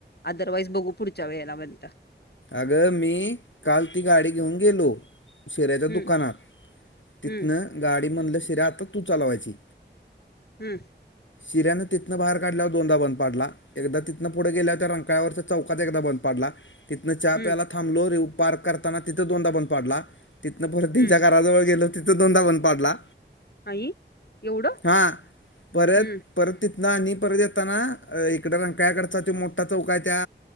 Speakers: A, on the left (about 60°); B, on the left (about 85°).
A: अदरवाईज बघू पुढच्या वेळेला बयंत.
B: अगं मी काल ती गाडी घेऊन गेलो. शिऱ्याच्या
A: हम्म
B: दुकानात तिथनं
A: हम्म
B: गाडी म्हणलं शिऱ्या आता तू चालवायची
A: हम्म
B: शिऱ्यानंिथं बाहेर काढल्या हो दोदांदनपाडला. एकदा तिथनं पुढे गेल्यावर त्या रंकाळवरचा चौकाच एकदा बंद पाडला. तिथनं चहा
A: हम्म
B: प्यायला थांबलो रे पार्क करताना तिथं दोनदा बंद पाडला. तिथनं परत त्यांच्या
A: हम्म
B: घराजवळ गेलं तिथं दोनदा बणन पाडला.
A: आई एवढं
B: हा परत
A: हम्म
B: परत तिथना आणि परत येताना इकडंक्याकडचा तो मोठा चौक आहे त्या